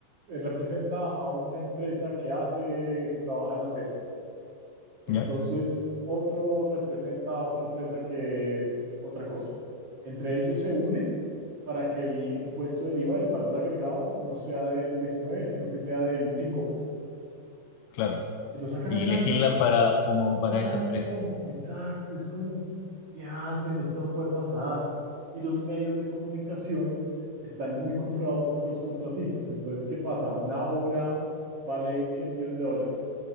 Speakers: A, on the right; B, on the left.
A: eh, representa a una empresa que hace, que trabaja el acero entonces,
B: Ya,
A: otro representa a otra empresa que otra cosa. Entre ellos se unen para que el impuesto del IVA, el valor agregado, no sea del 19, sino que sea del 5.
B: claro.
A: Y lo sacan
B: Y
A: adelante.
B: legislan para, como
A: Exacto,
B: para esa empresa,
A: exacto. Es como, ¿qué hacen? Esto no puede pasar. Y los medios de comunicación están muy comprados por los contratistas. Entonces, ¿qué pasa? Una obra vale 100 millones de dólares.